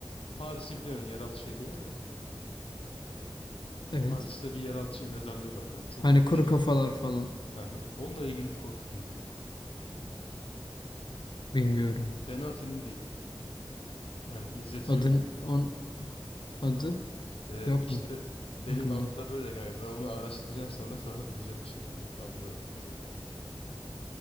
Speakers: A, on the left; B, on the left.
A: Paris'i biliyorsun hani yeraltı şehri var ya.
B: <laughs> Evet.
A: Paris'te bir yeraltı şe- mezarlığı var. Hani çok
B: Hani
A: büyük
B: kuru
A: şehir
B: kafalar
A: kadar.
B: falan.
A: Hı hı. Onunla ilgili bir korku filmi var.
B: Bilmiyorum.
A: Fena film değil. Yani izletiyor
B: Adın,
A: kendini.
B: on, adı
A: Ee,
B: yok
A: işte
B: mu
A: benim
B: aklında?
A: hafıza böyle kanka. Ben onu araştıracağım sonra sana bulacağım bir şekilde. Adını <laughs> göndereceğim.